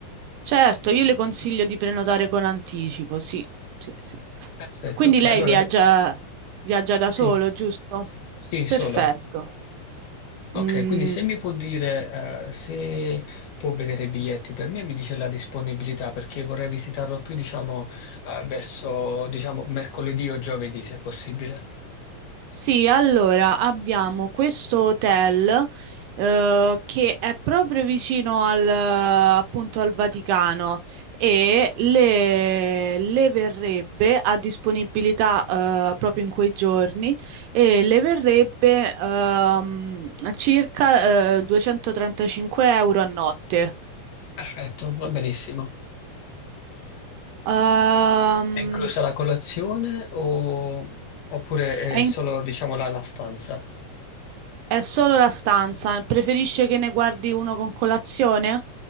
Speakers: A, on the right; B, on the left.
A: Certo, io le consiglio di prenotare con anticipo, sì, sì, sì.
B: Perfetto,
A: Quindi
B: ok,
A: lei
B: allora
A: viaggia, viaggia da
B: sì,
A: solo, giusto?
B: sì,
A: Perfetto.
B: solo. Ok,
A: Mm,
B: quindi se mi può dire, eh, se può vedere i biglietti per me, mi dice la disponibilità perché vorrei visitarlo più, diciamo, eh, verso, diciamo, mercoledì o giovedì, se possibile.
A: Sì, allora abbiamo questo hotel eh, che è proprio vicino al, appunto, al Vaticano e le, le verrebbe a disponibilità eh, proprio in quei giorni e le verrebbe ehm, circa eh, 235 euro a notte.
B: Perfetto, va benissimo.
A: Ehm,
B: È inclusa la colazione o- oppure
A: è,
B: è solo,
A: in-
B: diciamo, la, la stanza?
A: è solo la stanza, preferisce che ne guardi uno con colazione?